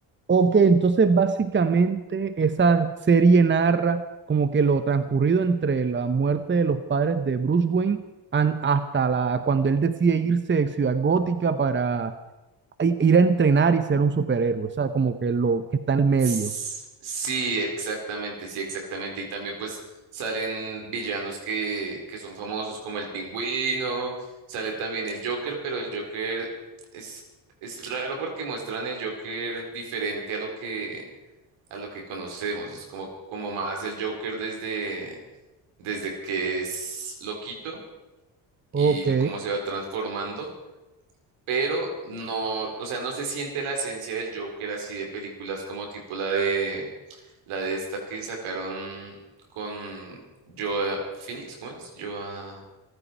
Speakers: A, on the right; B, on the right.
A: Ok, entonces básicamente esa serie narra como que lo transcurrido entre la muerte de los padres de Bruce Wayne an- hasta la, cuando él decide irse de Ciudad Gótica para i- ir a entrenar y ser un superhéroe. O sea, como que lo que está en el medio.
B: S- Sí, exactamente, sí, exactamente. Y también pues salen villanos que, que son famosos como el Pingüino, sale también el Joker, pero el Joker es, es raro porque muestran el Joker diferente a lo que a lo que conocemos. Es como, como más el Joker desde, desde que es loquito y
A: Ok.
B: cómo se va transformando, pero no, o sea, no se siente la esencia del Joker así de películas como tipo la de la de esta que sacaron con Joa Phoenix, ¿cómo es? Joa